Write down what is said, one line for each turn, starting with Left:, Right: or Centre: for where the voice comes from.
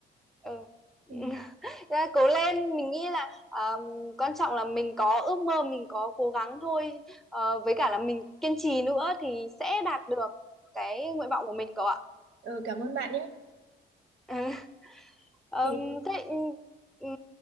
Centre: Ừ. <laughs>
Right: ừ.
Centre: Ra cố lên, mình nghĩ là ờ, quan trọng là mình có ước mơ, mình có cố gắng thôi. Ờ, với cả là mình kiên trì nữa thì sẽ đạt được cái nguyện vọng của mình cậu ạ.
Right: ờ, cảm ơn bạn nhé
Centre: <laughs> Ờm,
Right: thế
Centre: thế ừm,